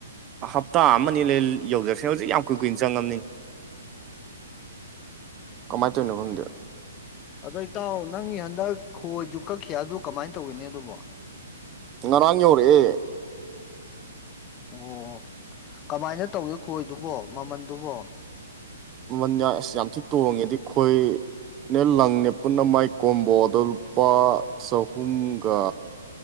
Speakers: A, on the right; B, on the left.
A: ꯍꯞꯇꯥ ꯑꯃ ꯑ ꯂꯩ ꯌꯧꯖꯔꯁꯦ ꯍꯧꯖꯤꯛ ꯌꯥꯝ ꯀꯨꯏ ꯀꯨꯏꯅ ꯆꯪꯉꯝꯅꯤ ꯀꯃꯥꯏ
B: ꯎꯝ
A: ꯇꯣꯏꯅꯣ ꯈꯪꯗꯦꯣ
B: ꯑꯗꯣ ꯏꯇꯥꯎ ꯅꯪꯒꯤ ꯍꯟꯗꯛ ꯈꯣꯏꯖꯨ ꯀꯛꯈꯤ ꯑꯗꯨ ꯀꯃꯥꯏ ꯇꯧꯒꯦꯅꯦ ꯑꯗꯨꯕꯣ
A: ꯉꯔꯥꯟ ꯌꯧꯔꯛꯑꯦ
B: ꯑꯣ ꯀꯃꯥꯏꯅ ꯇꯧꯒꯦ ꯈꯣꯏꯗꯨꯕꯣ ꯃꯃꯜꯗꯨꯕꯣ
A: ꯃꯃꯜꯒ ꯑꯁ ꯌꯥꯝ ꯊꯤ ꯇꯣꯡꯉꯦ ꯗꯨꯏꯈꯣꯏ ꯅꯦ ꯂꯪꯅꯦ ꯄꯨꯟꯅ ꯃꯥꯏ ꯀꯣꯝꯕꯣꯗ ꯂꯨꯄꯥ ꯆꯍꯨꯝꯒ